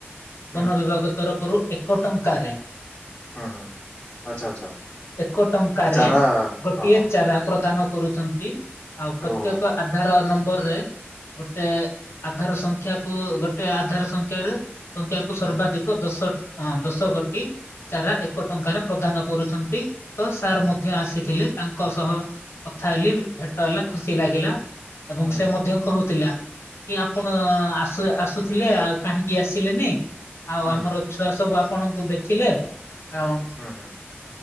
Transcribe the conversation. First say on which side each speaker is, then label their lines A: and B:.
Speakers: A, on the left; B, on the left.
A: ହୁଁ
B: ବନ ବିଭାଗ ତରଫରୁ ଏକ ଟଙ୍କାରେ
A: ହୁଁ ହୁଁ ଆଛା ଆଚ୍ଛା।
B: ଏକ ଟଙ୍କାରେ
A: ଚାରା
B: ଗୋଟିଏ
A: ହଁ ହଁ
B: ଚାରା ପ୍ରଦାନ କରୁଛନ୍ତି। ଆଉ ପ୍ରତ୍ୟେକ
A: ଓହୋ ହୋ
B: ଆଧାର ନମ୍ବରରେ ଗୋଟେ ଆଧାର ସଂଖ୍ୟାକୁୁ ଗୋଟେ ଟେ ଆଧାର ସଂଖ୍ୟା ରୁ ସଂଖ୍ୟାକୁ
A: ହୁଁ
B: ସର୍ବାଧିକ
A: ହୁଁ
B: ଦଶ ହଁ ଦଶ ଗୋଟି ଚାରା ଏକ ଟଙ୍କାରେ ପ୍ରଦାନ କରୁଛନ୍ତି। ତ ସାର୍ ମଧ୍ୟ ଆସିଥିଲେ ତାଙ୍କ ସହ କଥା ହେଲି ଭେଟ ହେଲା ଖୁସି ଲାଗିଲା। ଏବଂ
A: ହୁଁ
B: ସେ
A: ହୁଁ
B: ମଧ୍ୟ କହୁଥିଲା କି ଆପଣ ଆସ ଆସୁଥିଲେ ଆଉ କାହିଁକି ଆସିଲେନି ଆଉ
A: ହୁଁ
B: ଆମର
A: ହୁଁ
B: ଛୁଆ ସବୁ ଆପଣଙ୍କୁ ଦେଖିଲେ ଆଉ
A: ହୁଁ ହୁଁ